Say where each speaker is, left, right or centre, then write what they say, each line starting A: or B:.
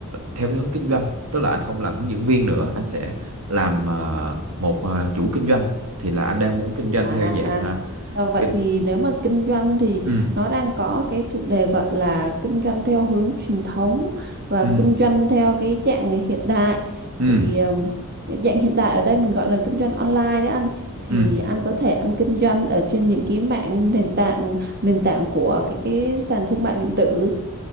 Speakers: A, on the right; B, on the right.
A: theo cái hướng kinh doanh tức là anh không làm hướng dẫn viên nữa anh sẽ làm ờ, một ờ, chủ kinh doanh thì là anh đang muốn kinh doanh
B: à,
A: theo dạng
B: à
A: ờ,
B: Ờ, Vậy
A: kinh
B: thì nếu mà kinh doanh thì
A: ừ
B: nó đang có cái chủ đề gọi là kinh doanh theo hướng truyền thống và
A: ừ
B: kinh doanh theo cái dạng hiện đại
A: ừ
B: thì ừm, cái dạng hiện đại ở đây mình gọi là kinh doanh online đấy anh thì
A: ừ
B: anh có thể anh kinh doanh ở trên những cái mạng nền tảng nền tảng của cái cái sàn thương mại điện tử